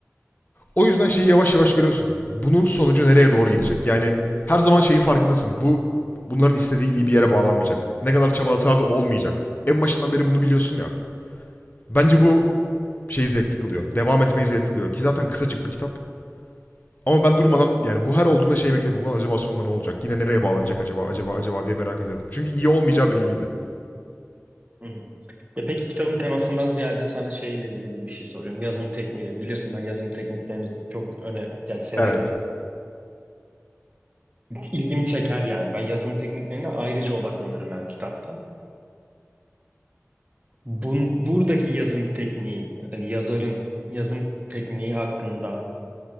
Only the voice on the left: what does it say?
O yüzden şeyi yavaş yavaş görüyorsun. Bunun sonucu nereye doğru gidecek? Yani her zaman şeyin farkındasın. Bu bunların istediği iyi bir yere bağlanmayacak. Ne kadar çabalasalar da olmayacak. En başından beri bunu biliyorsun ya. Bence bu şeyi zevkli kılıyor. Devam etmeyi zevkli kılıyor. Ki zaten kısacık bir kitap. Ama ben durmadan yani bu her olduğunda şey bekliyordum. Ulan acaba sonunda ne olacak? Yine nereye bağlanacak acaba? Acaba acaba diye merak ediyordum. Çünkü iyi olmayacağı belliydi.
Evet.